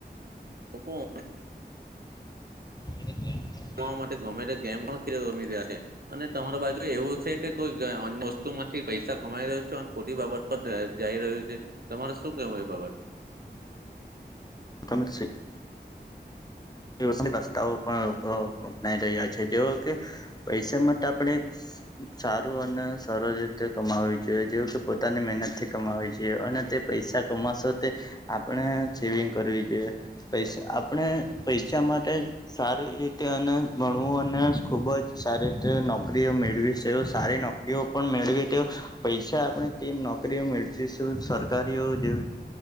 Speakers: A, on the right; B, on the left.
A: હુકમ
B: ધીમેથી એમ કેવાય
A: જોવા માટે ગમે તે ગેમ પણ ખેલ રમી રહ્યા છે અને તમાર બાજુ એવું છે કે કોઈક અન્ય વસ્તુ માંથી પૈસા કમાઈ રહ્યો છે લઅને ખોટી બાબત જઈ રહ્યું છે તમારે શું કેવું એ બનતે
B: તમે છે રસ્તાઓ પણ લોકો અપનાઈ રહ્યા છે જેવો કે પૈસા માટે આપણે સારું અને સરળ રીતે કમાવી જોઈએ જેવું કે પોતાની મહેનતથી કમાવી જોઈએ અને તે પૈસા કમાશો તે આપણે સેવિંગ કરવી જોઈએ પૈસા આપણે પૈસા માટે સારી રીતે અને ભણવું અને ખુબ જ સારી રીતે નોકરીઓ મેળવી છે સારી નોકરી નોકરીઓ પણ મેળવી તે પૈસા આપણે તેમ નોકરીઓ મેળશું સરકારીઓ જે